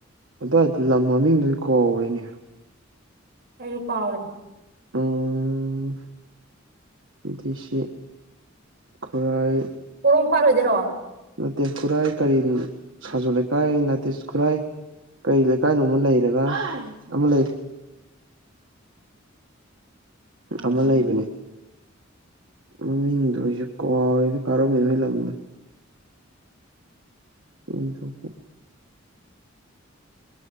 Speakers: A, on the right (about 75°); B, on the right (about 60°).
A: ꯑꯗꯨꯏꯗ ꯂꯝ ꯃꯃꯤꯡꯗꯨꯒꯤ ꯀꯧꯔꯤꯅꯤ
B: ꯑꯩꯁꯨ ꯀꯥꯎꯔꯦ
A: ꯎꯝ ꯗꯤ ꯁꯤ ꯈꯨꯔꯥꯏ
B: ꯄꯣꯔꯣꯝꯄꯥꯠ ꯑꯣꯏꯗꯣꯏꯔꯣ
A: ꯅꯠꯇꯦ ꯈꯨꯔꯥꯏ ꯀꯔꯤ ꯁꯥꯖꯨ ꯂꯩꯀꯥꯏ ꯅꯠꯇꯦ ꯈꯨꯔꯥꯏ ꯀꯔꯤ ꯂꯩꯀꯥꯏ ꯅꯣ ꯑꯃꯥ ꯂꯩꯗꯅ ꯑꯃꯥ ꯂꯩ
B: ꯎꯝ
A: ꯑꯃ ꯂꯩꯕꯅꯤ ꯃꯃꯤꯡꯗꯣ ꯑꯩꯁꯨ ꯀꯥꯎꯔꯦꯗ ꯀꯥ ꯔꯣꯃꯦꯟ ꯍꯣꯏ ꯂꯝꯗꯣ ꯍ ꯆꯄ